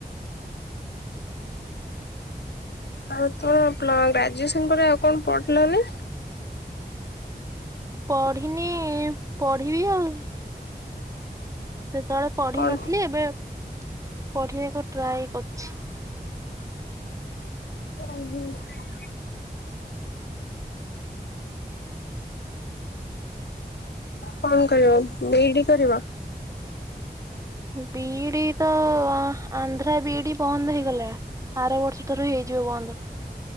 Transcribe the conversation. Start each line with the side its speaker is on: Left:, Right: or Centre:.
Left: ଆଉ ତୋର ପ୍ଲ ଗ୍ରାଜୁଏସନ ପରେ ଆଉ କଣ ପଢ଼ିଲନି?
Right: ପଢିନି ପଢିବି ଆଉ। ସେତେବେଳେ ପଢିନଥିଲି
Left: କଣ
Right: ଏବେ ପଢିବାକୁ ଟ୍ରାଏ କରିଛି।
Left: <unintelligible> କଣ କରିବ ବିଇଡି କରିବ?
Right: ବିଇଡି ତ ଆଁ ଆନ୍ଧ୍ରା ବିଇଡି ବନ୍ଦ ହେଇଗଲା। ଆର ବର୍ଷ ଠାରୁ ହେଇଯିବ ବନ୍ଦ।